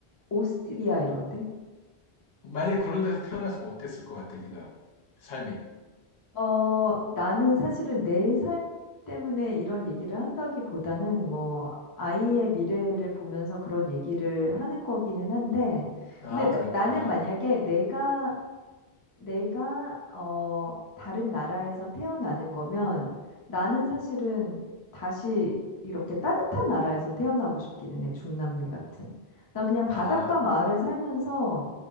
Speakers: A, on the left; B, on the left.
A: 오스트리아 이런데?
B: 만약 그런 데서 태어났으면 어땠을 것 같아 네가 삶이
A: 어, 나는 사실은 내 삶 때문에 이런 얘기를 한다기보다는 뭐 아이의 미래를 보면서 그런 얘기를 하는 거기는 한데,
B: 아
A: 근데 나,
B: 그렇구나
A: 나는 만약에 내가 내가 어 다른 나라에서 태어나는 거면 나는 사실은 다시 이렇게 따뜻한 나라에서 태어나고 싶기는 해. 중남미 같은. 나 그냥 바닷가
B: 음음아음아
A: 마을에 살면서